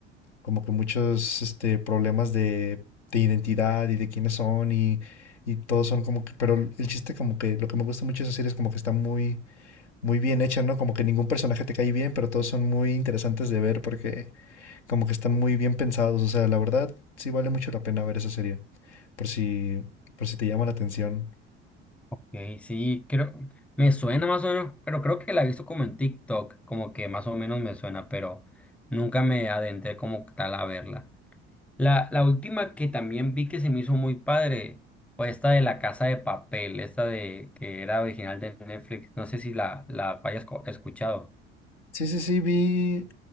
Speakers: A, on the left; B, in the centre.
A: como que muchos este, problemas de, de identidad y de quiénes son y, y todos son como que, pero el chiste como que lo que me gusta mucho de esa serie es como que está muy, muy bien hecha, ¿no? Como que ningún personaje te cae bien, pero todos son muy interesantes de ver porque como que están muy bien pensados, o sea, la verdad sí vale mucho la pena ver esa serie, por si, por si te llama la atención.
B: Ok, sí, creo, me suena más o menos, pero creo que la he visto como en TikTok, como que más o menos me suena, pero nunca me adentré como tal a verla. La, la última que también vi que se me hizo muy padre fue esta de La Casa de Papel, esta de que era original de Netflix, no sé si la, la hayas co- escuchado.
A: Sí, sí, sí, vi